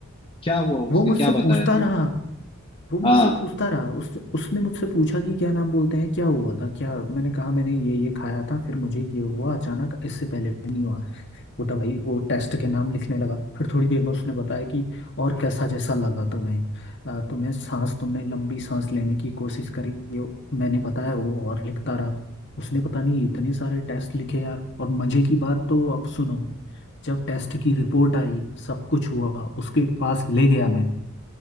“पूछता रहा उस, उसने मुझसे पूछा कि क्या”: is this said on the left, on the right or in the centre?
Left